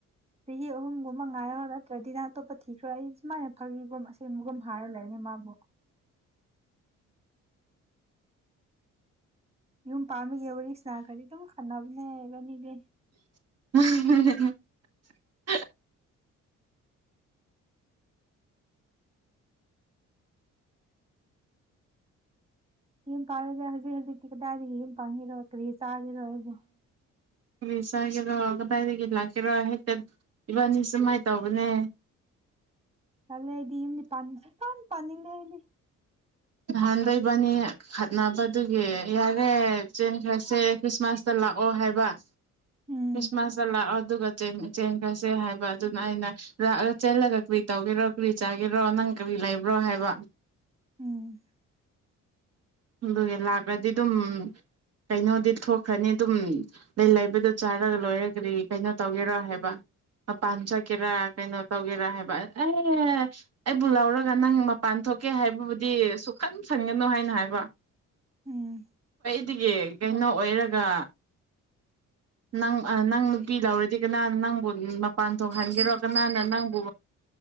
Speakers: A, on the right; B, on the right.
A: ꯆꯍꯤ ꯑꯍꯨꯝꯒꯨꯝꯕ ꯃꯉ ꯍꯗ ꯇ꯭ꯔꯗꯤꯅ ꯑꯇꯣꯞꯄ ꯊꯤꯈ꯭ꯔ ꯑꯩ ꯁꯨꯥꯏꯅꯥꯈꯤꯕꯒꯨꯝ ꯑꯁꯦꯡꯕꯒꯨꯝ ꯍꯥꯏꯔ ꯂꯩꯅꯦ ꯃꯥꯕꯨ ꯌꯨꯝ ꯄꯥꯒꯤ ꯋꯥꯔꯤ ꯏꯁꯅꯥ ꯈꯔꯗꯤ ꯑꯗꯨꯝ ꯈꯟꯅꯅꯕꯅꯦ ꯒꯅꯤ ꯂꯩꯦ
B: <inaudible> <unintelligible>
A: ꯌꯨꯝ ꯄꯥꯜꯂꯁꯦ ꯍꯧꯖꯤꯛ ꯍꯧꯖꯤꯛꯇꯤ ꯀꯗꯥꯏꯗꯒꯤ ꯌꯨꯝ ꯄꯥꯟꯈꯤꯔꯣ ꯀꯔꯤ ꯆꯥꯈꯤꯔꯣ ꯍꯥꯏꯕꯣ
B: ꯀ ꯆꯥꯒꯦꯔꯣ ꯀꯗꯥꯏꯗꯒꯤ ꯂꯥꯛꯀꯦꯔꯣ ꯍꯦꯛꯇ ꯏꯕꯥꯅꯤ ꯁꯨꯃꯥꯏꯅ ꯇꯧꯕꯅꯦ
A: ꯅꯂ ꯍꯥꯏꯗꯤ ꯏꯗꯤ ꯄ ꯀꯥꯟ ꯄꯅꯤꯡꯉꯦ ꯍꯥꯏꯗꯤ
B: ꯑꯍꯟꯗꯣꯏꯕꯅꯤ ꯈꯠꯅꯕꯗꯨꯒꯤ ꯌꯥꯔꯦ ꯆꯦꯟ ꯈ꯭ꯔꯁꯦ ꯈ꯭ꯔꯤꯁꯃꯥꯁꯇ ꯂꯥꯛꯑꯣ ꯍꯥꯏꯕ
A: ꯎꯝ
B: ꯈ꯭ꯔꯤꯁꯃꯥꯁꯇ ꯂꯥꯛꯑꯣ ꯑꯗꯨꯒ ꯆꯦꯟꯈꯁꯦ ꯍꯥꯏꯕ ꯑꯗꯨ ꯥꯏꯩꯅ ꯂꯥꯛꯑ ꯆꯦꯜꯂꯒ ꯀꯔꯤ ꯇꯧꯒꯦꯔꯣ ꯀꯔꯤ ꯆꯥꯒꯦꯔꯣ ꯅꯪ ꯀꯔꯤ ꯂꯩꯕ꯭ꯔꯣ ꯍꯥꯏꯕ
A: ꯎꯝ
B: ꯑꯗꯨꯒꯤ ꯂꯥꯛꯂꯗꯤ ꯑꯗꯨꯝ ꯀꯩꯅꯣꯗꯤ ꯊꯣꯛꯈ꯭ꯔꯅꯤ ꯑꯗꯨꯝ ꯂꯩ ꯂꯩꯕꯗ ꯆꯥꯔꯒ ꯂꯣꯏꯔꯒꯔꯤ ꯀꯩꯅꯣ ꯇꯧꯒꯦꯔ ꯍꯥꯏꯕ ꯃꯄꯥꯟ ꯆꯠꯀꯦꯔꯥ ꯀꯩꯅꯣ ꯇꯧꯒꯦꯔꯥ ꯍꯥꯏꯕ ꯑꯦ ꯑꯩꯕꯨ ꯂꯧꯔꯒ ꯅꯪ ꯃꯄꯥꯟ ꯊꯣꯛꯀꯦ ꯍꯥꯏꯕꯕꯨꯗꯤ ꯁꯨꯈꯟ ꯁꯪꯒꯅꯨ ꯍꯥꯏꯅ ꯍꯥꯏꯕ
A: ꯎꯝ
B: ꯑꯗꯨꯒꯤ ꯀꯩꯅꯣ ꯑꯣꯏꯔꯒ ꯅꯪ ꯅꯪ ꯅꯨꯄꯤ ꯂꯧꯔꯗꯤ ꯀꯅꯥꯅ ꯅꯪꯕꯨ ꯃꯄꯥꯟ ꯊꯣꯛꯍꯟꯒꯦꯔꯣ ꯀꯅꯥꯅ ꯅꯪꯕꯨ